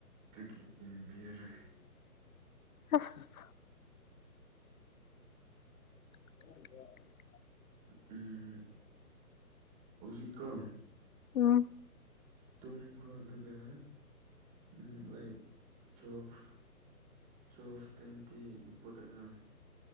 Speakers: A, on the right; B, on the left.
A: ꯗꯨꯒꯤ ꯌꯦꯡꯕꯤꯔꯔꯣꯏ
B: ꯑꯁ <inaudible>
A: ꯎꯝ ꯍꯧꯖꯤꯛꯀꯣ
B: ꯎꯝ
A: ꯇꯨꯝꯈ꯭ꯔꯣ ꯑꯗꯨꯒ ꯎꯝ ꯂꯥꯏꯛ ꯇꯨꯋꯦꯜꯐ ꯇ꯭ꯋꯦꯜꯐ ꯇ꯭ꯋꯦꯟꯇꯤ ꯌꯨꯄꯨꯠ ꯑꯦꯂꯥꯝ